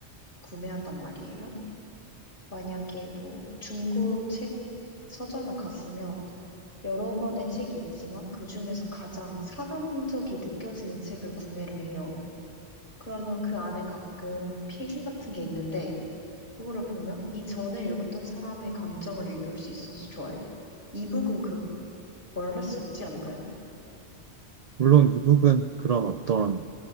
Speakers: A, on the left; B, on the right.
A: 구매한단 말이에요. 만약에 뭐 중고 책 서점을 갔으면 여러 권의 책이 있지만 그 중에서 가장 사람 흔적이 느껴지는 책을 구매를 해요. 그러면 그 안에 가끔 필기 같은 게 있는데 그거를 보면 이 전에 읽었던 사람의 감정을 읽을 수 있어서 좋아요. 이북은 그걸 할 수 없지 않을까요?
B: 물론 이북은 그런 어떤